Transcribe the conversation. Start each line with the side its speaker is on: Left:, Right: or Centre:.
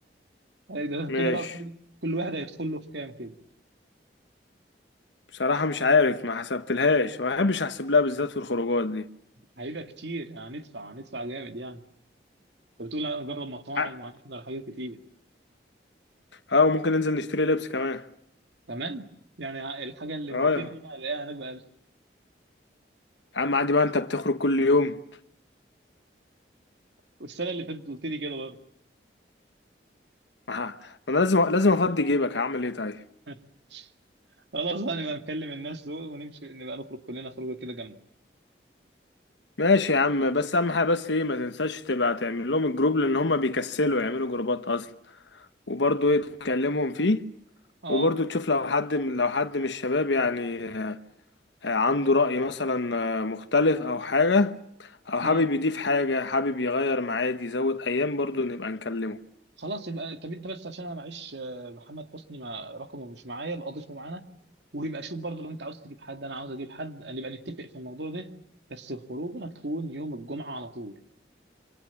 Right: أي ده
Left: ماشي
Right: كده بقى كل كل واحد هيدخل له في كام كده
Left: بصراحة مش عارف ما حسبتلهاش ما بحبش احسب لها بالذات في الخروجات دي
Right: هيبقى كتير يعني هندفع هندفع جامد يعني انت بتقول هنجرب مطاعم
Left: ع-
Right: وهنحضر حاجات كتير
Left: اه وممكن ننزل نشتري لبس كمان
Right: كمان يعني الحاجه اللي
Left: اه
Right: 200
Left: يا
Right: هنا هلاقيها هناك ب 1000
Left: عم عادي بقى انت بتخرج كل يوم
Right: والسنه اللي فاتت قلت لي كده برضه
Left: ما ه- ما انا لازم لازم افضي جيبك هعمل ايه طيب
Right: <laughs> خلاص بقى نبقى نكلم الناس دول ونمشي نبقى نخرج كلنا خروجه كده جامده
Left: ماشي يا عم بس اهم حاجه بس ايه ما تنساش تبقى تعمل لهم الجروب لان هم بيكسلوا يعملوا جروبات اصلا وبرضه ايه تكلمهم فيه
Right: اه
Left: وبرضه تشوف لو حد من لو حد من الشباب يعني آه، آه، عنده رأي مثلا آه، مختلف او حاجه او حابب
Right: امم
Left: يضيف حاجه حابب يغير ميعاد يزود ايام برضه نبقى نكلمه
Right: خلاص يبقى طب انت بس عشان انا معيش آه، محمد حسني مع رقمه مش معايا يبقى اضيفه معانا ويبقى شوف برضه لو انت عاوز تجيب حد انا عاوز اجيب حد نبقى نتفق في الموضوع ده بس الخروجه هتكون يوم الجمعه على طول